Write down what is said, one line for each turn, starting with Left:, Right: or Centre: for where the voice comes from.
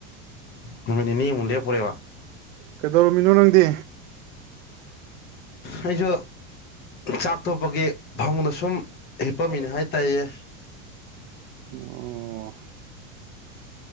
Left: ꯅꯨꯃꯤꯠ ꯅꯤꯅꯤ ꯃꯨꯛ ꯂꯦꯞꯄꯨꯔꯦꯕ
Right: ꯀꯩꯗꯧꯔꯝꯃꯤꯅꯣ ꯅꯪꯗꯤ
Left: ꯑꯩꯖꯨ ꯆꯥꯛ ꯇꯣꯛꯄꯒꯤ ꯐꯃꯨꯡꯗ ꯁꯨꯝ ꯍꯤꯞꯄꯝꯃꯤꯅꯦ ꯍꯥꯏ ꯇꯥꯌꯦ
Right: ꯑꯣ